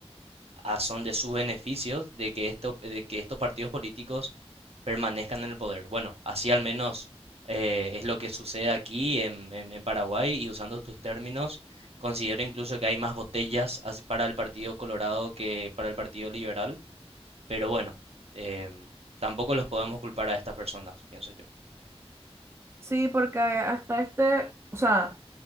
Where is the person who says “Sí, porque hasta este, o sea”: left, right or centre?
Right